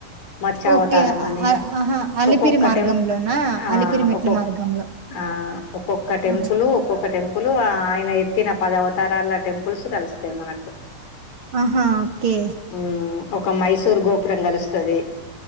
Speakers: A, on the left; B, on the right.
A: మత్స్య
B: ఓకే
A: అవతారం
B: అ-
A: అని,
B: అ- ఆహా అలిపిరి
A: ఒక్కొక్క
B: మార్గంలోనా
A: టెంపుల్ ఆ
B: అలిపిరి మెట్ల
A: ఒక్కొ
B: మార్గంలో
A: ఆ ఒక్కొక్క ఒక టెంపుల్
B: ఆహా
A: ఒక్కొక్క టెంపుల్ ఆ ఆయన ఎత్తిన పదవ తరాల టెంపుల్స్ కలుస్తాయి మనకు
B: ఆహా ఓకే
A: మ్మ్ ఒక మైసూర్ గోపురం కలుస్తది